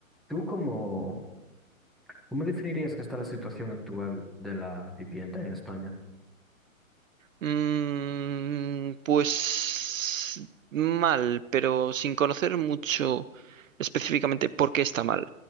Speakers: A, in the centre; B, on the right.
A: ¿Tú cómo, cómo definirías que está la situación actual de la vivienda en España?
B: Mm, pues mal, pero sin conocer mucho específicamente por qué está mal.